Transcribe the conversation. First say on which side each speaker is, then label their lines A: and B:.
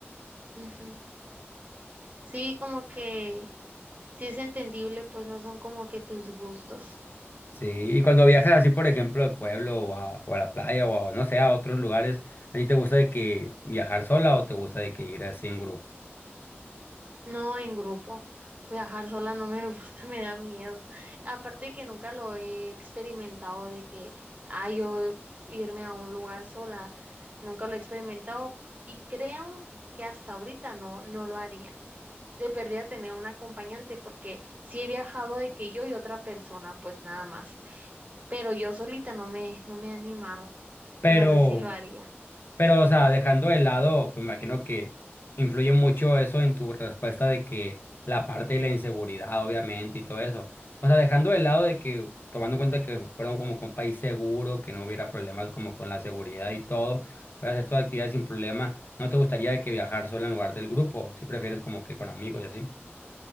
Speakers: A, on the right; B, on the left.
A: ujú. Sí, como que sí es entendible, pues no son como que tus gustos.
B: Sí, y cuando viajas así, por ejemplo, al pueblo o a, o a la playa o a, no sé, a otros lugares, ¿a ti te gusta de que viajar sola o te gusta de que ir así en grupo?
A: No en grupo. Viajar sola no me gusta, <laughs> me da miedo. Aparte que nunca lo he experimentado de que, ah, yo irme a un lugar sola, nunca lo he experimentado y creo que hasta ahorita no, no lo haría. De perdida tener un acompañante porque sí he viajado de que yo y otra persona, pues nada más. Pero yo solita no me, no me he animado
B: Pero,
A: y no sé si lo haría.
B: pero, o sea, dejando de lado, pues me imagino que influye mucho eso en tu respuesta de que la parte de la inseguridad, obviamente, y todo eso. O sea, dejando de lado de que, tomando en cuenta que fueron como con país seguro, que no hubiera problemas como con la seguridad y todo, puedes hacer tu actividad sin problema. ¿No te gustaría de que viajar sola en lugar del grupo? Si prefieres como que con amigos y así.